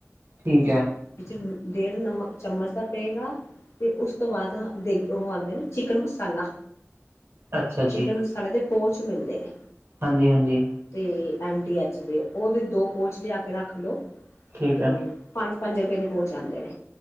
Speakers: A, on the right (about 50°); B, on the left (about 65°).
A: ਠੀਕ ਹੈ।
B: ਵਿੱਚ ਡੇਢ ਨਮ ਚਮਚ ਦਾ ਪਏਗਾ। ਤੇ ਉਸ ਤੋਂ ਬਾਦ ਇੱਕ ਓ ਆਂਦੇ ਨਾ ਚਿਕਨ ਮਸਾਲਾ
A: ਅੱਛਾ
B: ਚਿਕਨ ਮਸਾਲੇ ਦੇ ਪੋਚ ਮਿਲਦੇ ਨੇ।
A: ਹਾਂਜੀ-ਹਾਂਜੀ
B: ਤੇ ਐਮ ਡੀ ਐਚ ਦੇ ਓ ਵੀ ਦੋ ਪੋਚ ਲਿਆ ਕੇ ਰੱਖ ਲਓ।
A: ਠੀਕ
B: ਤੇ
A: ਹੈ
B: ਪੰਜ-ਪੰਜ ਰੁਪਏ ਦੇ ਪੋਚ ਆਂਦੇ ਨੇ